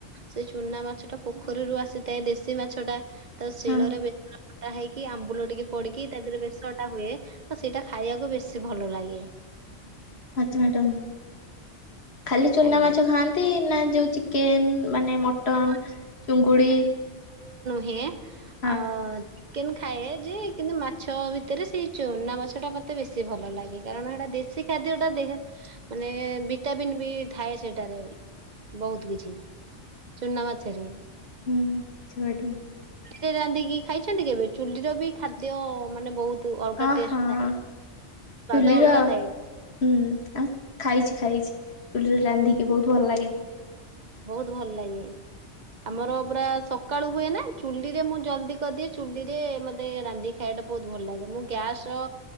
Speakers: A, on the right; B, on the left.
A: ସେ ଚୁ ଚୁନା ମାଛ ଟା ପୋଖରୀରୁ ଆସିଥାଏ ଦେଶୀ ମାଛ ଟା ତ ଶିଳରେ
B: ହଁ
A: ବେସର ବଟା ହେଇକି ଆମ୍ବୁଲ ଟିକେ ପଡିକି ତା ଦେହରେ ବେଶଟା ହୁଏ ତ ସେଇଟା ଖାଇବାକୁ ବେଶୀ ଭଲ ଲାଗେ।
B: ଆଚଛା ମ୍ୟାଡ଼ ଖାଲି ଚୁନା
A: ଆଜ୍ଞା।
B: ମାଛ ଖାଆନ୍ତି ନା ଯୋଉ ଚିକେନ ମାନେ ମଟନ,
A: ହଁ,
B: ଚୁଙ୍ଗୁଡି?
A: ହେ
B: ହଁ
A: ଅ। ଚିକେନ ଖାଏ ଯେ କିନ୍ତୁ ମାଛ ଭିତରେ ସେଇ ଚୁନା ମାଛ ଟା ମତେ ବେଶୀ ଭଲ ଲାଗେ କାରଣ ହେଇଟା ଦେଶୀ ଖାଦ୍ୟ ଟା ଦେହ ମାନେ ଭିଟାମିିନ ବି ଥାଏ ସେଇଟାରେ। ବହୁତ କିଛି ଚୁନା ମାଛରେ।
B: ହୁଁ ଚୁଟ।
A: ରେ ରାନ୍ଧିକି ଖାଇଛନ୍ତି କେବେ? ଚୁଲିର ବି ଖାଦ୍ୟ ମାନେ ବହୁତ ଅଲଗା
B: ହଁ
A: ଟେଷ୍ଟ
B: ହଁ
A: ଥାଏ।
B: ଚୁଲିର
A: ସ୍ଵାଦ ଅଲଗା ଥାଏ
B: ହୁଁ ଆମ ଖାଇଛି। ଖାଇଛି ଚୁଲିରେ ରାନ୍ଧିକି ବହୁତ ଭଲ ଲାଗେ।
A: ବହୁତ ଭଲ ଲାଗେ। ଆମର ପୁରା ସକାଳୁ ହୁଏ ନା ଚୁଲିରେ ମୁଁ ଜଲଦି କରିଦିଏ ଚୁଲିରେ ମତେ ରାନ୍ଧି ଖାଇବା ଟା ବହୁତ ଭଲ ଲାଗେ ମୁଁ ଗ୍ୟାସ ର